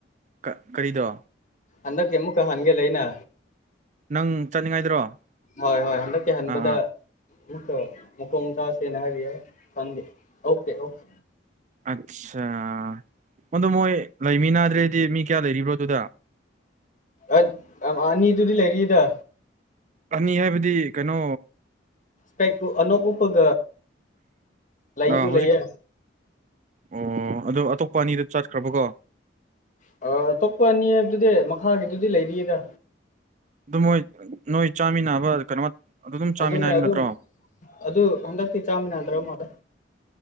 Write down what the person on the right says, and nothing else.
ꯀ ꯀꯔꯤꯗꯣ꯫
ꯅꯪ ꯆꯠꯅꯤꯡꯉꯥꯏꯗꯨꯔꯣ ꯑꯥ
ꯑꯥ
ꯑꯠꯆꯥ ꯑꯗꯣ ꯃꯣꯏ ꯂꯩꯃꯤꯟꯅꯥꯗ꯭ꯔꯗꯤ ꯃꯤ ꯀꯌꯥ ꯂꯩꯔꯤꯕ꯭ꯔꯣ ꯑꯗꯨꯗ꯫
ꯑꯅꯤ ꯍꯥꯏꯕꯗꯤ ꯀꯩꯅꯣ
ꯑꫭ ꯍꯧꯖꯤꯛ
ꯑꯣ ꯑꯗꫭ ꯑꯇꯣꯞꯄ ꯑꯅꯤꯗꯨ ꯆꯠꯈ꯭ꯔꯕꯀꯣ꯫
ꯑꯗꯨ ꯃꯣꯏ ꯅꯣꯏ ꯆꯥꯃꯤꯟꯅꯕ ꯀꯩꯅꯣ ꯑꯗꯨ ꯑꯗꯨꯝ ꯆꯥꯃꯤꯟꯅꯩꯕ
ꯅꯠꯇ꯭ꯔꯣ